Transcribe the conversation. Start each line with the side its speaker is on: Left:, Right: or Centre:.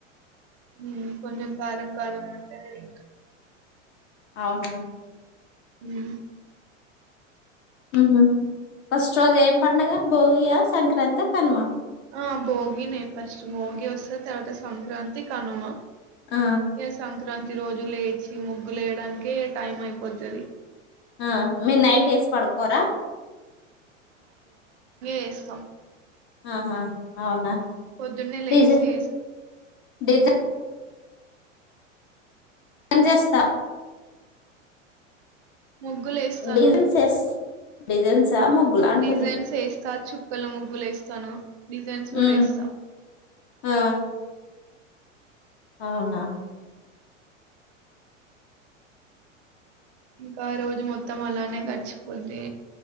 Right: హు కొంచం కారం ఉంటనే తింటాం,
Left: అవునా
Right: హు
Left: ఉహు ఫస్ట్ రోజు ఏం పండగ భోగిగా సంక్రాంతి కనుమ
Right: ఆ భోగిని ఫస్ట్ భోగి వస్తే తర్వాత సంక్రాంతి కనుమ
Left: ఆ
Right: ఏ సంక్రాంతి రోజు లేట్ వచ్చి ముగ్గులు వేయడానికే టైం అయిపోతాది
Left: ఆ మీరు నైట్ వేసి పడుకోరా
Right: ఏస్తం
Left: ఆహా అవునా
Right: పొద్దున్నే లేచి
Left: డిజ
Right: ఏసి
Left: డిజైన్ ఏం చేస్తా
Right: ముగ్గులు వేస్తాను
Left: డిజైన్స్ చేస్ డిజైన్సా ముగ్గులా అంటున్నా
Right: డిజైన్స్ వేస్తా చుక్కల ముగ్గులు వేస్తాను డిజైన్స్ కూడా
Left: ఉమ్
Right: వేస్తా
Left: ఆ అవునా
Right: ఇంకా రోజు మొత్తం అలానే గడిచిపోద్ది